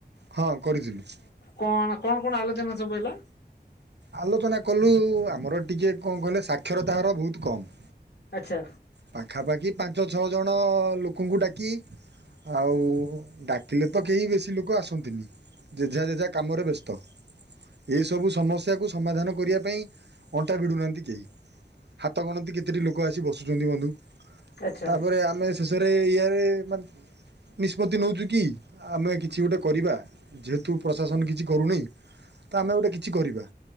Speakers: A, on the right; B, on the left.
A: ହଁ କରିଥିଲୁ।
B: କଣ କଣ କଣ ଆଲୋଚନା ସବୁ ହେଲା?
A: ଆଲୋଚନା କଲୁ ଆମର ଟିକେ କଣ କହିଲେ ସାକ୍ଷରତା ହାର ବୋହୁତ କମ୍।
B: ଆଛା।
A: ପାଖାପାଖି ପାଞ୍ଚ ଛଅଜଣ ଲୋକଙ୍କୁ ଡାକି ଆଉ ଡାକିଲେ ତ କେହି ବେଶୀ ଲୋକ ଆସନ୍ତିନି। ଯେଝା ଯେଝା କାମରେ ବ୍ୟସ୍ତ। ଏସବୁ ସମସ୍ୟାକୁ ସମାଧାନ କରିବା ପାଇଁ ଅଣ୍ଟା ଭିଡ଼ୁନାହାନ୍ତି କେହି। ହାତ ଗଣତି କେତୋଟି ଲୋକ ଆସି ବସୁଚନ୍ତି ବନ୍ଧୁ,
B: ଆଚ୍ଛା।
A: ତାପରେ ଆମେ ଶେଷରେ ଏଇଆ ରେ ମାନ୍ ନିଷ୍ପତ୍ତି ନୋଉଚୁ କି ଆ-ଆମେ କିଛି ଗୋଟେ କରିବା ଯେହେତୁ ପ୍ରଶାସନ କିଛି କରୁନେଇ ତ ଆମେ ଗୋଟେ କିଛି କରିବା।